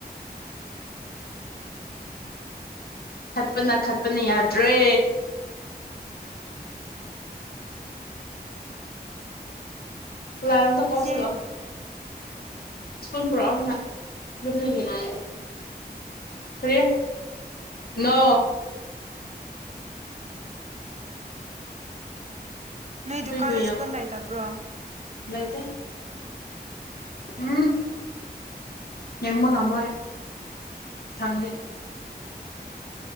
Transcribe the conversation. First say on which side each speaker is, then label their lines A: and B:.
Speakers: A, on the left; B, on the right.
A: ꯈꯠꯄꯅ ꯈꯠꯄꯅ ꯌꯥꯗ꯭ꯔꯦ ꯂꯥꯏ ꯑꯝꯗꯥ ꯀꯧꯁꯤꯜꯂꯣ
B: ꯏꯆꯦ
A: ꯏꯁꯄꯨꯟ ꯄꯨꯔꯛꯑꯣ ꯍꯥꯟꯅ <unintelligible> ꯀꯔꯤ ꯅꯣ
B: ꯅꯣꯏ ꯗꯨꯀꯥꯟꯗ
A: ꯍꯨꯏꯕꯨ ꯌꯦꯡꯉꯣ
B: ꯁ꯭ꯄꯨꯟ ꯂꯩꯇꯕ꯭ꯔꯣ
A: ꯂꯩꯇꯦ ꯎꯝ ꯌꯦꯡꯕ ꯉꯝꯃꯣꯏ ꯁꯪꯗꯦ